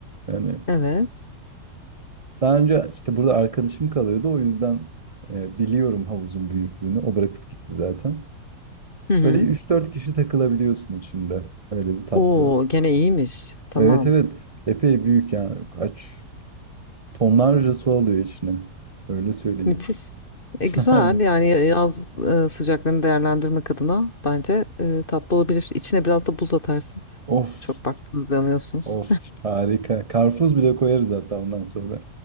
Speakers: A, on the right; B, on the left.
A: Yani
B: Evet.
A: daha önce işte burada arkadaşım kalıyordu. O yüzden e, biliyorum havuzun büyüklüğünü. O bırakıp gitti zaten.
B: Hı hı.
A: Böyle üç dört kişi takılabiliyorsun içinde. Öyle bir tatlı.
B: Oo gene iyiymiş. Tamam.
A: Evet evet. Epey büyük yani. Kaç Tonlarca su alıyor içine. Öyle söyleyeyim.
B: Müthiş. E, güzel
A: <laughs>
B: yani e, yaz e, sıcaklarını değerlendirmek adına bence e, tatlı olabilir. İçine biraz da buz atarsınız.
A: Of,
B: Çok baktınız yanıyorsunuz.
A: of harika. Karpuz bile koyarız hatta ondan sonra.